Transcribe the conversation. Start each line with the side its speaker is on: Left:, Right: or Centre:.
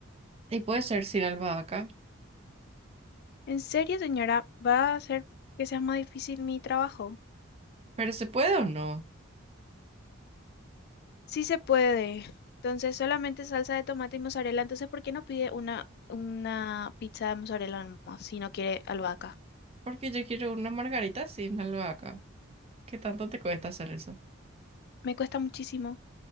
Right: Y puede ser sin albahaca.
Left: ¿En serio, señora? ¿Va a hacer que sea más difícil mi trabajo?
Right: Pero se puede o no.
Left: Sí se puede. Entonces, solamente salsa de tomate y mozzarella. Entonces, ¿por qué no pide una, una pizza de mozzarella nomás si no quiere albahaca?
Right: Porque yo quiero una margarita sin albahaca. ¿Qué tanto te cuesta hacer eso?
Left: Me cuesta muchísimo.